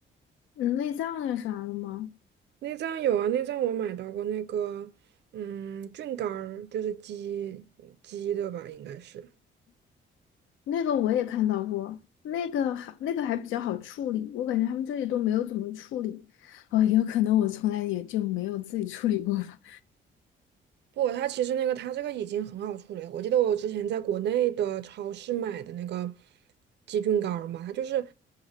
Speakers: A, on the left; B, on the right.
A: 嗯内脏呀啥的吗？
B: 内脏有啊，内脏我买到过那个，嗯，菌干儿，就是鸡鸡的吧，应该是。
A: 那个我也看到过，那个还那个还比较好处理，我感觉他们这里都没有怎么处理。哦，有可能我从来也就没有自己处理过吧。
B: 不，它其实那个它这个已经很好处理了。我记得我之前在国内的超市买的那个鸡菌干儿嘛，它就是